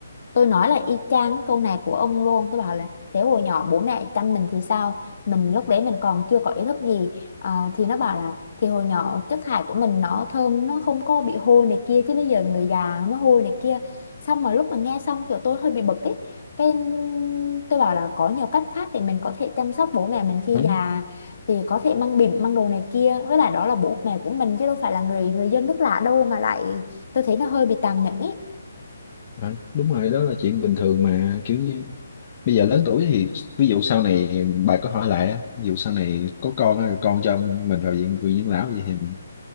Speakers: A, on the left; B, on the left.
A: Tôi nói là y chang cái câu này của ông luôn Tôi bảo là thế hồi nhỏ bố mẹ chăm mình thì sao Mình lúc đấy mình còn chưa có ý thức gì à, Thì nó bảo là Thì hồi nhỏ chất thải của mình nó thơm Nó không có bị hôi này kia Chứ bây giờ người già nó hôi này kia Xong mà lúc mà nghe xong kiểu tôi hơi bị bực ấy Cái tôi bảo là có nhiều cách khác Để mình có thể chăm sóc bố mẹ mình khi
B: ừ,
A: già Thì có thể mang bỉm mang đồ này kia Với lại đó là bố mẹ của mình Chứ đâu phải là người người dân nước lạ đâu Mà lại tôi thấy nó hơi bị tàn nhẫn ý
B: ừ, đúng rồi đó là chuyện bình thường mà kiểu như bây giờ lớn tuổi thì ví dụ sau này bà có hỏi lại á ví dụ sau này có con á, rồi con cho mình vào viện viện dưỡng lão vậy thì